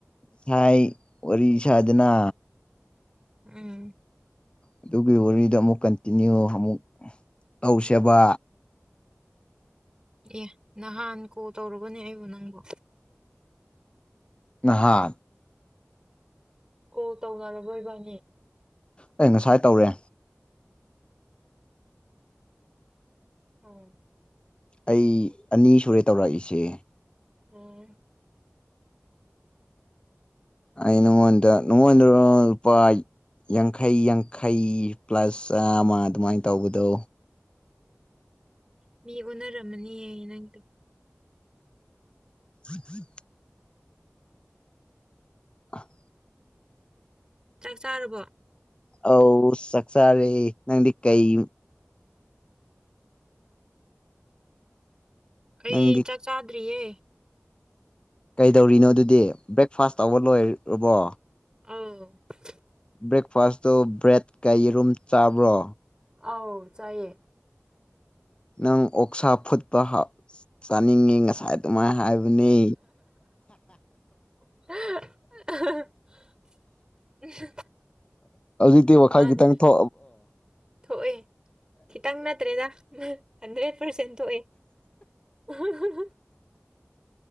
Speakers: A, on the left; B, on the right.
A: ꯁꯥꯏ ꯋꯥꯔꯤ ꯁꯥꯗꯅ
B: ꯎꯝ
A: ꯑꯗꯨꯒꯤ ꯋꯥꯔꯤꯗ ꯑꯃꯨꯛ ꯀꯟꯇꯤꯅ꯭ꯌꯨ ꯑꯃꯨꯛ ꯂꯧꯧꯁꯦꯕ
B: ꯑꯦ ꯅꯍꯥꯟ ꯀꯣꯜ ꯇꯧꯨꯔꯕꯅꯦ ꯑꯩꯕꯨ ꯅꯪꯕꯣ
A: ꯅꯍꯥꯥꯟ
B: ꯀꯣꯜ ꯇꯧꯅꯔꯕꯣꯏꯕꯥꯅꯤ
A: ꯑꯩ ꯉꯁꯥꯏ ꯇꯧꯔꯦ
B: ꯎꯝ
A: ꯑꯩ ꯑꯅꯤ ꯁꯨꯔꯦ ꯇꯧꯔꯛꯏꯁꯦ
B: ꯎ <unintelligible> <inaudible>
A: ꯑꯅꯃ ꯅꯋꯥꯟ ꯔꯨꯄꯥ ꯌꯥꯡꯈꯩ ꯌꯥꯡꯈꯩ ꯄ꯭ꯂꯁ ꯑꯃ ꯑꯗꯨꯃꯥꯏꯅ ꯇꯧꯕꯗꯣ
B: ꯃꯤ ꯎꯅꯔꯝꯃꯅꯤꯌꯦ ꯅꯪꯗꯣ
A: ꯎꯝ ꯎꯝ ꯑ <unintelligible> <inaudible>
B: ꯆꯥꯛ ꯆꯥꯔꯕꯣ
A: ꯑ ꯁꯛꯁꯥꯔꯦ ꯅꯪꯗꯤ ꯀꯩ
B: ꯑꯩ
A: ꯅꯪꯗꯤ
B: ꯆꯥꯛ ꯆꯥꯗ꯭ꯔꯤꯌꯦ
A: ꯀꯩꯗꯧꯔꯤꯅꯣ ꯑꯗꯨꯗꯤ ꯕ꯭ꯔꯦꯛꯐꯥꯁ ꯇꯧꯕ ꯂꯣꯏꯔꯕꯣ
B: ꯑ <unintelligible> <inaudible>
A: ꯕ꯭ꯔꯦꯛꯐꯥꯁꯇꯨ ꯕ꯭ꯔꯦꯗꯀ ꯌꯦꯔꯨꯝ ꯆꯥꯕ꯭ꯔꯣ
B: ꯑꯧ ꯆꯌꯦ
A: ꯅꯪ ꯑꯣꯛꯁꯥ ꯐꯨꯠꯄ ꯍꯥꯞ ꯆꯥꯅꯤꯡꯉꯤ ꯉꯁꯥꯏ ꯇꯨꯃꯥꯏꯅ ꯍꯥꯏꯕꯅꯦ
B: <unintelligible> <inaudible>
A: ꯋꯥꯥꯏ
B: ꯃꯥꯅꯦ
A: ꯒꯤꯈꯤꯇꯪ ꯊ
B: ꯊꯣꯛꯑꯦ ꯈꯤꯇꯪ ꯅꯠꯇ꯭ꯔꯦꯗ ꯍꯟꯗ꯭ꯔꯦꯠ ꯄꯥꯔꯁꯦꯟ ꯊꯣꯛꯑꯦ ꯎ <unintelligible> <inaudible>